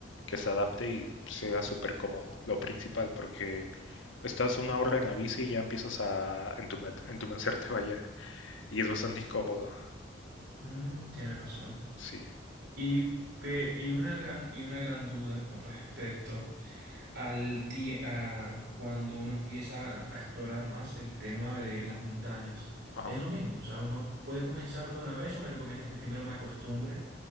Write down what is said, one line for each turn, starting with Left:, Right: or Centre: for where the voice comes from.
Left: que se adapte y sea súper cómodo, lo principal, porque estás una hora en la bici y ya empiezas a entume- entumecerte, vaya, y es bastante incómodo.
Right: Mm, tienes razón.
Left: Sí,
Right: Y, pe- y, una gran, y una gran duda con respecto. al tie- a cuando uno empieza a explorar más el tema de las montañas.
Left: ajá,
Right: Es lo mismo, o sea, uno puede comenzar de una vez o me recomiendas que primero me acostumbre